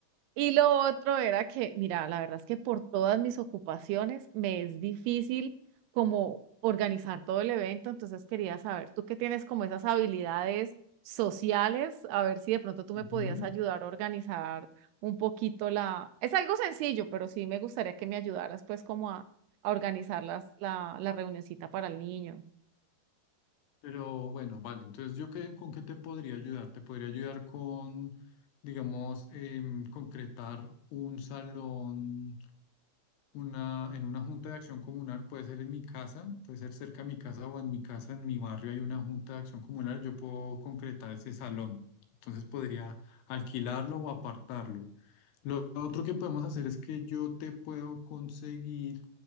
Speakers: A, on the right; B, on the left.
A: Y lo otro era que, mira, la verdad es que por todas mis ocupaciones me es difícil como organizar todo el evento, entonces quería saber, tú que tienes como esas habilidades sociales, a ver si de pronto tú me
B: Ujú.
A: podías ayudar a organizar un poquito la... Es algo sencillo, pero sí me gustaría que me ayudaras pues como a, a organizar las, la, la reunioncita para el niño.
B: Pero bueno, vale, entonces yo qué, con qué te podría ayudar. Te podría ayudar con, digamos, em, concretar un salón, una, en una junta de acción comunal, puede ser en mi casa, puede ser cerca de mi casa o en mi casa, en mi barrio hay una junta de acción comunal, yo puedo concretar ese salón. Entonces podría alquilarlo o apartarlo. Lo otro que podemos hacer es que yo te puedo conseguir